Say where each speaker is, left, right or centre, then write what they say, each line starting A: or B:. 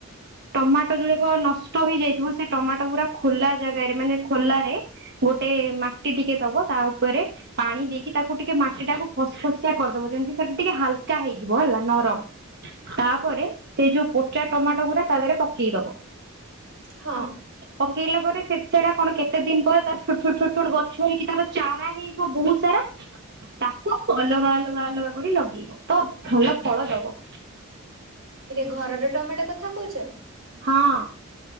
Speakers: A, on the right; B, on the right.
A: ଟମାଟୋ ଯୋଉ ଏକ ନଷ ନଷ୍ଟ ହେଇଯାଇଥିବ ସେ ଟମାଟୋ ଗୁରା ଖୋଲା ଜାଗାରେ ମାନେ ଖୋଲାରେ ଗୋଟେ ମାଟି ଟିକେ ଦବ ତା ଉପରେ ପାଣି ଦେଇକି ତାକୁ ଟିକେ ମାଟି ଟାକୁ ଫସ ଫସିଆ କରିଦବ ଯେମିତି ସେଠି ଟିକେ ହାଲକା ହେଇଯିବ ନରମ ତାପରେ ସେ ଯୋଉ ପୋଚା ଟମାଟୋ ଗୁରା ତାଦିହରେ ପକେଇବ
B: ହଁ
A: ପକେଇଲା ପରେ ସେଟା କଣ କେତେ ଦିନ ପରେ ତା ଛୋଟ ଛୋଟ ଛୋଟ ଛୋଟ ଗଛ ହେଇକି ତାର ଚାରା ହେଇଯିବ ବହୁତ ସାରା ତାକୁ ଅଲଗା ଅଲଗା ଅଲଗା କରି ଲଗେଇବ ତ ଭଲ ଫଳ ଦବ
B: ଟିକେ ଘରର ଟମାଟୋ କଥା କହୁଛ
A: ହଁ।